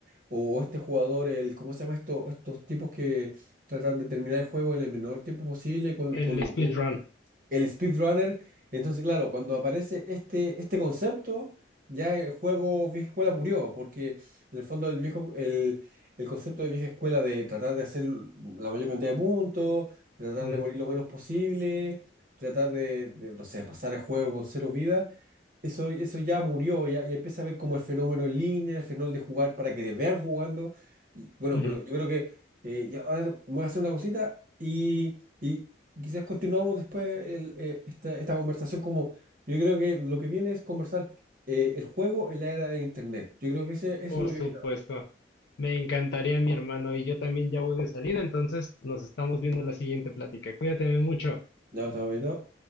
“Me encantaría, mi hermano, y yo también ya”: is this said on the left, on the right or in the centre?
Left